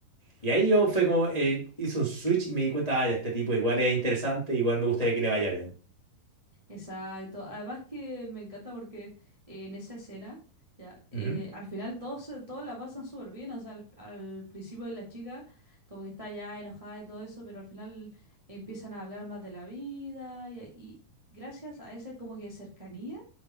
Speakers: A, on the left; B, on the right.
A: Y ahí yo fue como, eh, hice un switch y me di cuenta, ah, ya, este tipo igual es interesante, igual me gustaría que le vaya bien.
B: Exacto. Además que me encanta porque eh, en esa escena, ya, eh,
A: Ujú.
B: al final todos, se- todos la pasan súper bien. O sea, al, al principio de la chica como que está ya enojada y todo eso, pero al final empiezan a hablar más de la vida y, y gracias a ese como que cercanía.